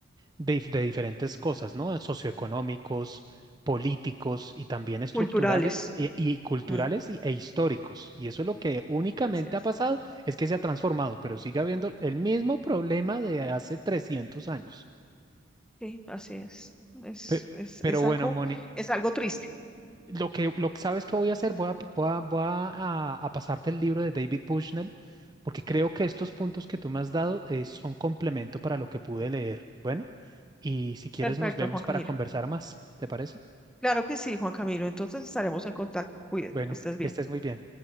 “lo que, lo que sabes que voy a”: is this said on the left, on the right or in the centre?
Right